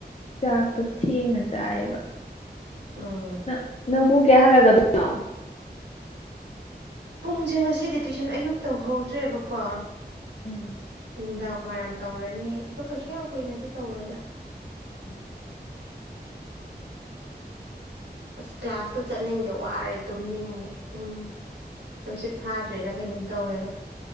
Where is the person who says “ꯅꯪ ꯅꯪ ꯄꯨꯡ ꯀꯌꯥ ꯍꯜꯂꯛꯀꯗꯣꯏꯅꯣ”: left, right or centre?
Left